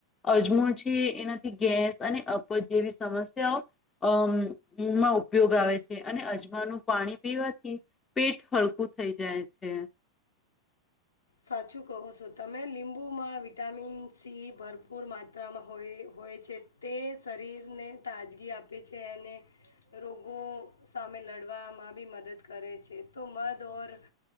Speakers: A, on the left; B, on the left.
A: અજમો છે એનાથી ગેસ અને અપજ જેવી સમસ્યાઓ અ માં ઉપયોગ આવે છે અને અજમાનું પાણી પીવાથી પેટ હળવું થઈ જાય છે
B: સાચું કહો છો તમે લીંબુમાં વિટામિન સી ભરપૂર માત્રામાં હોય હોય છે તે શરીરને તાજગી આપે છે અને રોગો સામે લડવામાં બી મદદ કરે છે તો મધ ઓર